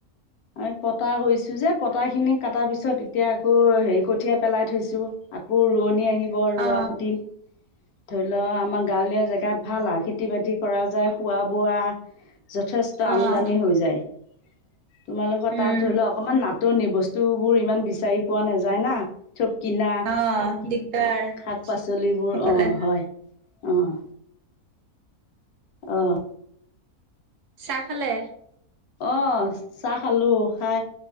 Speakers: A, on the left; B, on the right.
A: আৰু পতা কৰিছো যে পতা খিনি কটাৰ পিছত এতিয়া আকৌ হেৰি কঠিয়া পেলাই থৈছো। আকৌ ৰোৱনী আহিব ৰোৱা
B: অ
A: পুতিম ধৰি লওক আমাৰ গাঁৱলীয়া জেগাত ভাল আ। খেতি বাতি কৰা যায় খোৱা বোৱা যথেষ্ট
B: অ অ
A: আমদানি হৈ যায়। তোমালোকৰ
B: উম,
A: তাত ধৰি লও অকমান নাটনি বস্তু তো বোৰ ইমান বিচাৰি পোৱা নাযায় না চব কিনা।
B: অ', দিগদাৰ
A: শাক পাচলিবোৰ
B: সেইফালে
A: অ হয় অ। আহ।
B: চাহ খালে?
A: অ চাহ খালো খাই